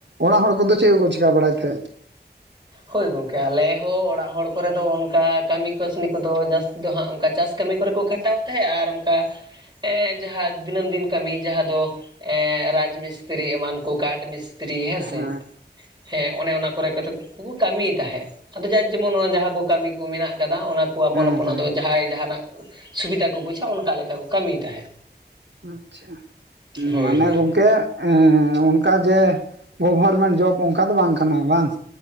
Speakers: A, on the right; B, on the right.
A: ᱚᱲᱟᱜ ᱦᱚᱲ ᱠᱚᱫᱚ ᱪᱮᱫ ᱠᱚᱠᱚ ᱪᱤᱠᱟᱹ ᱵᱟᱲᱟᱭᱮᱫ ᱛᱟᱦᱮᱸᱫ? <inaudible>
B: ᱦᱳᱭ ᱜᱚᱝᱠᱮ ᱟᱞᱮ ᱦᱚᱸ ᱚᱲᱟᱜ ᱦᱚᱲ ᱠᱚᱨᱮ ᱫᱚ ᱚᱱᱠᱟ ᱠᱟᱹᱢᱤ ᱠᱟᱹᱥᱱᱤ ᱠᱚᱫᱚ ᱡᱟᱹᱥᱛᱤ ᱫᱚ ᱦᱟᱸᱜ ᱚᱱᱠᱟ ᱪᱟᱥᱼᱼ ᱠᱟᱹᱢᱤ ᱠᱚᱨᱮ ᱠᱚ ᱠᱷᱟᱴᱟᱣ ᱛᱟᱦᱮᱸᱜ ᱟᱨ ᱚᱱᱠᱟ ᱡᱟᱦᱟᱸ ᱫᱤᱱᱟᱹᱢ ᱫᱤᱱ ᱠᱟᱹᱢᱤ ᱡᱟᱦᱟᱸ ᱫᱚᱼᱼ ᱮᱸ ᱨᱟᱡᱽ ᱢᱤᱥᱛᱨᱤ ᱮᱢᱟᱱ ᱠᱚ ᱠᱟᱴᱷ ᱢᱤᱥᱼᱼ ᱛᱨᱤ ᱦᱮᱸᱥᱮ
A: ᱦᱮᱸ
B: ᱦᱮᱸ ᱚᱱᱮ ᱚᱱᱟ ᱠᱚᱨᱮ ᱠᱟᱛᱮ ᱠᱩ ᱠᱟᱹᱢᱤᱭ ᱛᱟᱦᱮᱸᱫ ᱟᱫᱚ ᱡᱟᱼᱼ ᱡᱮᱢᱚᱱ ᱱᱚᱣᱟ ᱡᱟᱦᱟᱸ ᱠᱚ ᱠᱟᱹᱢᱤ ᱠᱚ ᱢᱮᱱᱟᱜ ᱠᱟᱫᱟ ᱚᱱᱟ ᱠᱚ ᱟᱯᱚᱱ
A: ᱦᱮᱸ
B: ᱟᱯᱚᱱ
A: ᱦᱮᱸ
B: ᱟᱫᱚ ᱡᱟᱦᱟᱸᱭ ᱡᱟᱦᱟᱱᱟᱜᱼᱼ ᱥᱩᱵᱤᱫᱟ ᱠᱩ ᱵᱩᱡᱟ ᱚᱱᱠᱟ ᱞᱮᱠᱟ ᱠᱚ ᱠᱟᱹᱢᱤᱭ ᱛᱟᱦᱮᱸᱫ᱾
A: ᱟᱪᱪᱷᱟ
B: ᱦᱳᱭ
A: ᱢᱟᱱᱮ
B: ᱦᱳᱭ
A: ᱜᱚᱝᱠᱮᱜᱼᱼ
B: ᱦᱳᱭ
A: ᱮᱸ ᱚᱱᱠᱟ ᱡᱮ ᱜᱚᱵᱷᱚᱨᱢᱮᱱᱴ ᱡᱚᱵ ᱚᱱᱠᱟ ᱫᱚ ᱵᱟᱝ ᱠᱟᱱᱟ ᱵᱟᱝ?